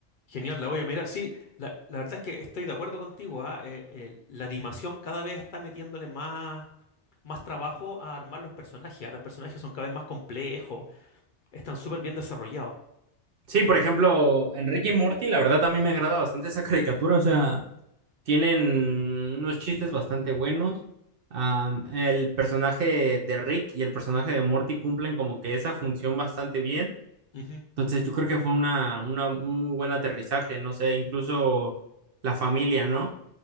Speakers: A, on the left; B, on the right.
A: Genial, la voy a mirar. Sí, la, la verdad es que estoy de acuerdo contigo. ah, eh, eh, la animación cada vez está metiéndole más, más trabajo a armar los personajes. ah, Los personajes son cada vez más complejos. Están súper bien desarrollados.
B: Sí, por ejemplo, Enrique y Morty, la verdad a mí me agrada bastante esa caricatura, o sea... Tienen unos chistes bastante buenos. Am, el personaje de Rick y el personaje de Morty cumplen como que esa función bastante bien.
A: Ujú,
B: Entonces yo creo que fue una, una- un muy buen aterrizaje, no sé, incluso la familia, ¿no?